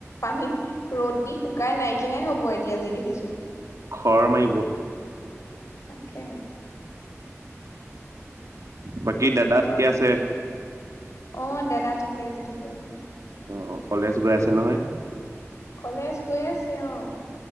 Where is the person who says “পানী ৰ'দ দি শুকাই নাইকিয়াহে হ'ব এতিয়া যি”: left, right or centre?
Left